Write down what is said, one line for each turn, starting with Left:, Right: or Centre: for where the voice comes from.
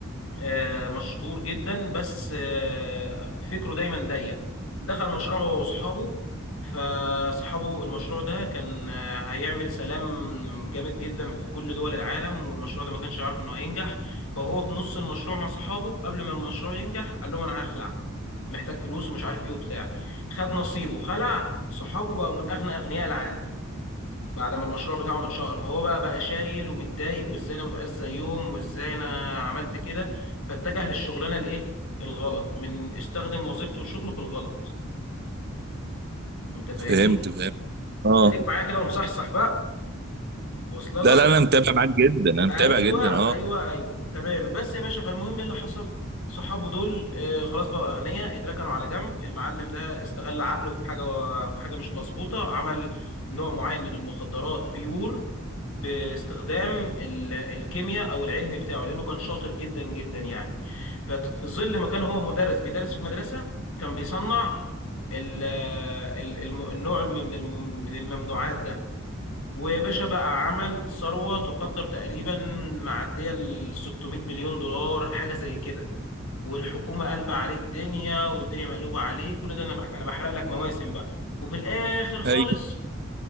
Left: آه، مشهور جدا بس آه، فكره دايما ضيق دخل مشروع هو واصحابه فاصحابه المشروع ده كان آه، هيعمل سلام جامد جدا في كل دول العالم والمشروع ده ما كانش يعرف انه هينجح فهو في نص المشروع مع صحابه قبل ما المشروع ينجح قال لهم انا هخلع محتاج فلوس ومش عارف ايه وبتاع خد نصيبه خلع صحابه بقوا من اغنى اغنياء العالم بعد ما المشروع بتاعهم اتشهر فهو بقى بقى شايل ومتضايق وازاي انا ما بقاش زيهم وازاي انا عملت كده فاتجه للشغلانه الايه الغلط من استخدم وظيفته وشغله في الغلط انت فاهمني
Right: فهمت فهمت اه
Left: خليك معايا كده ومصحصح بقى واصله لك
Right: لا لا انا متابع معاك جدا انا متابع
Left: ايوه
Right: جدا اه
Left: ايوه ايوه تمام بس يا باشا فالمهم ايه اللي حصل صحابه دول آه، خلاص بقوا اغنياء اتركنوا على جنب المعلم ده استغل عقله في حاجه في حاجه مش مظبوطه عمل نوع معين من المخدرات بيور باستخدام ال- الكيمياء او العلم بتاعه لانه كان شاطر جدا جدا يعني ففي ظل ما كان هو مدرس بيدرس في المدرسه كان بيصنع ال- ال- الم- النوع الم- من الم- من الممنوعات ده وباشا بقى عمل ثروه تقدر تقريبا معديه ال 600 مليون دولار حاجه زي كده والحكومه قلبه عليه الدنيا والدنيا مقلوبه عليه كل ده انا بح- انا بحرق لك مواسم بقى وفي الاخر خالص
Right: اي